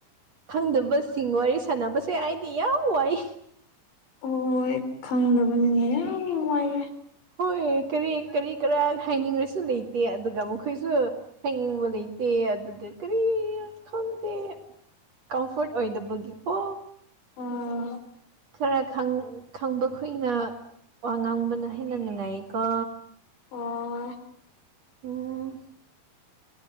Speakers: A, on the right; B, on the left.
A: ꯈꯪꯗꯕꯁꯤꯡ ꯋꯥꯔꯤ ꯁꯥꯟꯅꯕꯁꯨ ꯌꯥꯏ <unintelligible> ꯌꯥꯝ ꯋꯥꯏ
B: ꯑꫭꯏ ꯈꯪꯗꯕꯅꯤꯅ ꯌꯥꯝ ꯋꯥꯏꯌꯦ
A: ꯍꯣꯏ ꯀꯔꯤ ꯀꯔꯤ ꯀꯔꯥ ꯍꯥꯏꯅꯤꯡꯔꯁꯨ ꯂꯩ ꯇꯦ ꯑꯗꯨꯒ ꯃꯈꯣꯏꯁꯨ ꯍꯥꯏꯅꯤꯡꯕ ꯂꯩꯇꯦ ꯑꯗꯨꯒ ꯀꯔꯤ ꯈꯪꯗꯦ ꯀꯝꯐꯣꯔꯠ ꯑꯣꯏꯗꯕꯒꯤ ꯑꯣ
B: ꯎꯝ
A: ꯈꯔ ꯈꯪ ꯈꯪꯕ ꯈꫭꯏꯅ ꯋꯥ ꯉꯥꯡꯕꯅ ꯍꯦꯟꯅ ꯅꯨꯡꯉꯥꯏꯌꯦꯀꯣ
B: ꯍꫭꯏ
A: ꯎꯝ